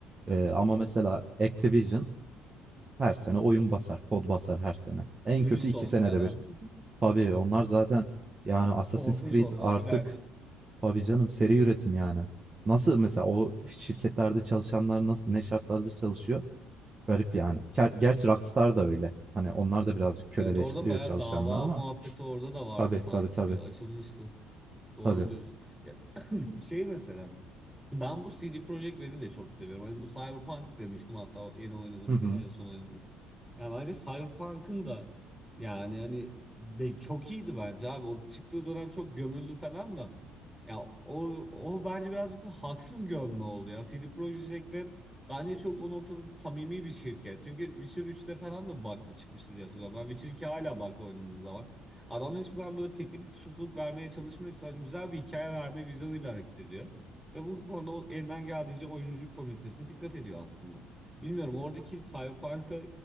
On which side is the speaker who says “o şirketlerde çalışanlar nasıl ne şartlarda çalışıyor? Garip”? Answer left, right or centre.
Right